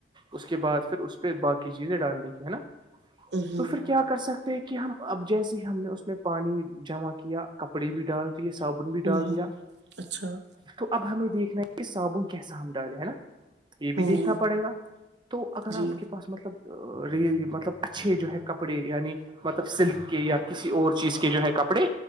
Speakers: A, on the right; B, on the right.
A: اس کے بعد پھر اس پہ باقی چیزیں ڈالنے کی ہے نا
B: ہ ہ
A: تو پھر کیا کر سکتے ہیں کہ ہم اب جیسے ہی ہم نے اس میں پانی جمع کیا کپڑے بھی ڈال صابن بھی
B: ہ
A: ڈال
B: ہ
A: دیا
B: اچھا
A: تو اب ہمیں دیکھنا ہے کہ صابن کیسا ہم ڈالیں ہے نا یہ
B: جی
A: بھی دیکھنا پڑے گا تو اگر
B: جی
A: آپ کے پاس مطلب ی مطلب اچھے جو ہے کپڑے یعنی مطلب سلک کے یا کسی اور چیز کے جو ہے کپڑے